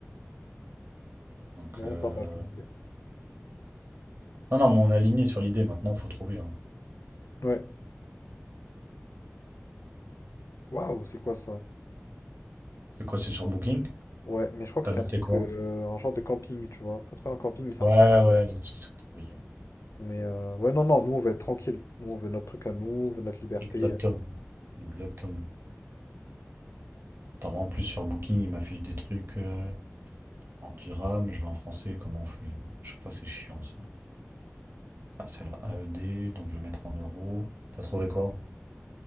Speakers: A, on the right; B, on the left.
A: Donc,
B: Vraiment
A: euh,
B: pas mal comme idée.
A: non, non, mais on est aligné sur l'idée maintenant, faut trouver. hein.
B: Ouais. Waouh, c'est quoi ça?
A: C'est quoi, c'est sur Booking?
B: Ouais, mais je crois que
A: T'as
B: c'est
A: noté
B: un truc,
A: quoi?
B: euh, un genre de camping, tu vois. Enfin, c'est pas un camping, mais c'est
A: Ouais,
B: un truc.
A: ouais, donc ça c'est pourri.
B: Mais euh, ouais, non, non, nous on veut être tranquille. Nous on veut notre truc à nous, on veut notre liberté.
A: Exactement,
B: euh,
A: exactement. Attends, moi, en plus sur Booking, il m'affiche des trucs euh, en dirham, je vais en français, comment on fait? À chaque fois c'est chiant ça. Ah, c'est la AED, donc je vais mettre en euros. T'as trouvé quoi?